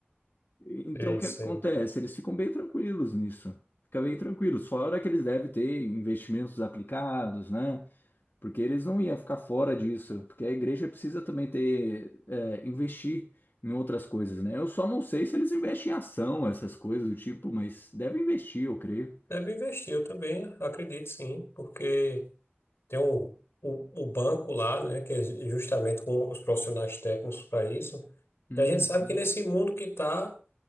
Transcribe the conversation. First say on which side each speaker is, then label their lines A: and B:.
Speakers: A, on the left; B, on the left.
A: E- Então,
B: É
A: o
B: isso
A: que acontece? Eles ficam bem tranquilos nisso. Fica bem tranquilos. Fora que eles devem ter investimentos aplicados, né? Porque eles não iam ficar fora disso. Porque a igreja precisa também ter, é, investir em outras coisas, né? Eu só não sei se eles investem em ação, essas coisas do tipo, mas devem investir, eu creio.
B: Deve investir, eu também acredito sim, porque tem o, o, o banco lá, né? Que é justamente com os profissionais técnicos para isso.
A: Uhum.
B: E a gente sabe que nesse mundo que tá,